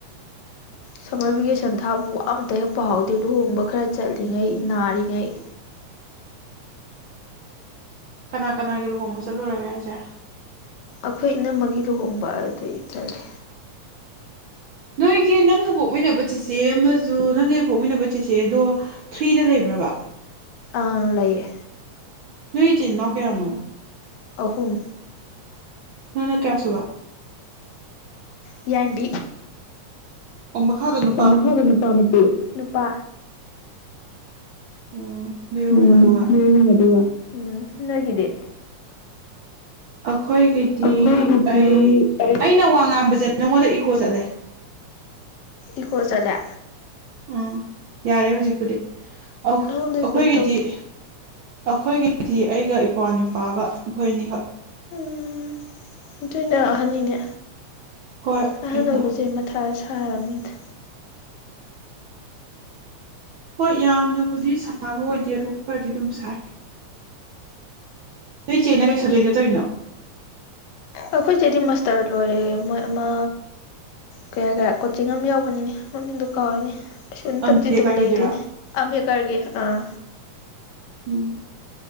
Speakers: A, on the right; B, on the left.
A: <unintelligible>
B: ꯁꯝꯃꯔ ꯚꯦꯀꯦꯁꯟ ꯊꯥꯕꯕꯨ ꯑꯃꯇ ꯍꯛꯄ ꯍꯥꯎꯗꯦ ꯂꯨꯍꯣꯡꯕ ꯈꯔ ꯆꯠꯂꯤꯉꯩ ꯅꯥꯔꯤꯉꯩ
A: ꯀꯅꯥ ꯀꯅꯥꯒꯤ ꯂꯨꯍꯣꯡꯕ ꯆꯠꯂꯨꯔꯒꯦ ꯍꯥꯏꯁꯦ
B: ꯑꯩꯈꯣꯏ ꯏꯅꯝꯃꯒꯤ ꯂꯨꯍꯣꯡꯕ ꯑꯗꯨꯗꯤ ꯆꯠꯂꯦ
A: ꯅꯣꯏꯒꯤ ꯅꯪꯒ ꯄꯣꯛꯃꯤꯟꯅꯕ ꯆꯤꯁꯦ ꯑꯃꯁꯨ ꯅꯪꯒ ꯄꯣꯛꯃꯤꯟꯅꯕ ꯆꯤꯁꯦ ꯑꯗꯣ ꯊ꯭ꯔꯤꯗ ꯂꯩꯕ꯭ꯔꯕ
B: ꯑꯪ ꯂꯩꯌꯦ
A: ꯅꯣꯏ ꯏꯆꯤꯟ ꯏꯅꯥꯎ ꯀꯌꯥꯅꯣ
B: ꯑꯍꯨꯝ
A: ꯅꯪꯅ ꯀꯌꯥꯁꯨꯕ
B: ꯌꯥꯗꯤ
A: ꯑꯣ ꯃꯍ ꯃꯈꯥꯗꯅ
B: ꯑꯣ ꯃꯁꯥꯗ ꯅꯨꯄꯥ ꯅꯨꯄꯤ ꯅꯨꯄꯥ
A: ꯑꯣ ꯅꯣꯏ
B: <unintelligible>
A: ꯑꯍꯨꯝ ꯑꯗꯨꯒ ꯑꯩꯈꯣꯏꯒꯤꯗꯤ
B: ꯑꯩꯈꯣꯏꯒꯤꯗꯤ
A: ꯑꯩ
B: ꯑꯩ
A: ꯑꯩꯅ ꯋꯥ ꯉꯥꯡꯕꯁꯦ ꯅꯉꯣꯟꯗ ꯏꯀꯣ ꯆꯠꯂꯦ
B: ꯏꯀꯣ ꯆꯂ
A: ꯎꯝ ꯌꯥꯔꯦ ꯍꯧꯖꯤꯛꯄꯨꯗꯤ ꯑ ꯑꯩꯈꯣꯏꯒꯤꯗꯤ
B: ꯑꯩꯉꯣꯟꯗꯒꯤ ꯀꯩꯝ ꯇꯧꯗꯦ
A: ꯑꯩꯈꯣꯏꯒꯤꯗꯤ ꯑꯩꯒ ꯏꯄ꯭ꯋꯥꯅꯤꯄꯥꯒ ꯃꯈꯣꯏ ꯑꯅꯤꯈꯛ
B: ꯎꯝ ꯑꯗꯨꯏꯅ ꯑꯍꯅꯤꯅꯦ
A: ꯍꯣꯏ
B: ꯑꯍꯜ
A: ꯑꯩꯅ
B: ꯑꯣꯏꯕꯁꯦ ꯃꯊꯥꯗ ꯁꯥꯔꯕꯅꯤꯗ
A: ꯍꯣꯏ ꯌꯥꯝꯅꯕꯨꯗꯤ ꯁꯥꯥꯕ ꯑꯣꯏꯗꯦ ꯑꯗꯨ ꯈꯔꯗꯤ ꯑꯗꯨꯝ ꯁꯥꯏ ꯅꯣꯏ ꯏꯆꯦꯅ ꯀꯩ <unintelligible>
B: ꯑꯩꯈꯣꯏꯁꯦꯗꯤ ꯃꯥꯁꯇꯔ ꯂꯣꯏꯔꯦ ꯃꯣꯏ ꯑꯃ ꯀꯌꯥ ꯀꯣꯆꯤꯡ ꯑꯃ ꯌꯥꯎꯕꯅꯤꯅꯦ ꯃꯃꯤꯡꯗꯣ ꯀꯥꯎꯔꯅꯦ ꯀꯩꯁꯨ ꯅꯠꯇꯕꯗꯤ
A: ꯑꯝꯕꯦꯗꯀꯔꯒꯤꯗꯨꯔꯥ
B: ꯑꯗꯨꯝ ꯂꯩꯗꯣꯏꯅꯦ ꯑꯝꯕꯦꯀꯔꯒꯤ ꯑꯥ
A: ꯎꯝ